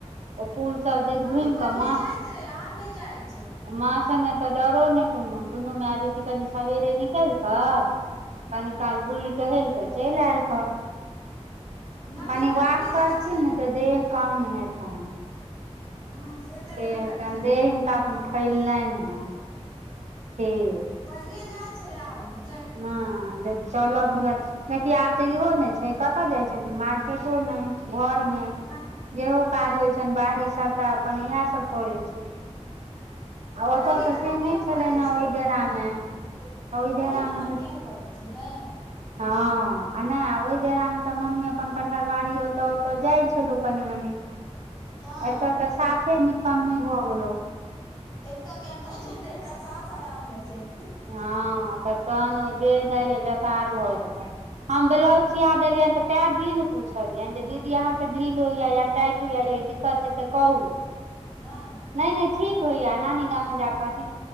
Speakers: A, on the right; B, on the left.
A: ओ पुल सब जेस घुम
B: मम्मी पहिले
A: के म
B: जाइत रहे आब नहि जाइ छै
A: म उठे मे डरो नहि कोनो दुनू माय बेटी कनि सवेरे निकल क
B: हूं
A: कनी काल बुल टहेल कऽ चलि आयलकर
B: मम्मी
A: कनि
B: पहिले
A: वाक करथिन
B: जाइ छलै
A: ने त देह कम हेतै
B: हँ से तऽ
A: से
B: हेबे करतैन
A: कनि देह हिनका फैललनि हँ देह
B: पहिले जाई छलै आब ने
A: ने जे चलऽ बुलल देखिय आब तऽ इहो ने छै कतऽ जाय छथिन मार्केटो नहि घर मे
B: ना
A: जेहो काज होइ छनि बाहरी सभटा अपन इएह सब करै छै आ ओतय
B: पहिले
A: तऽ
B: ने
A: से
B: मम्मी
A: नहि छलनि
B: कऽ लै
A: हे
B: छलै
A: ओहि डेरामे
B: कनि
A: ओहि
B: पहिले
A: डेरामे
B: ने मम्मी
A: तऽ
B: कऽ ले छल ने
A: हँ आ नहि ओहि बेरामे मम्मी अपन कठरवारी ओतऽ ओतऽ जाई छलो कनि मनी
B: हँ
A: एत तऽ साफे न कम्मे भऽ गेलौ
B: एतऽ केतऽते एकरा साफ आराम मे छै
A: हँऽ तन ओ दे नहि बेकार भऽ जा हम ब्लाउज
B: दीदी
A: सिया देलियन त काए दिन पुछलियै जे दीदी अहाँ के ढ़िल होइया या टाइट होइया या ई दिक्कत हे त कहूँ <inaudible>
B: हँ
A: नहि नहि ठीक होइ या नानी गाँव मे जा कहथिन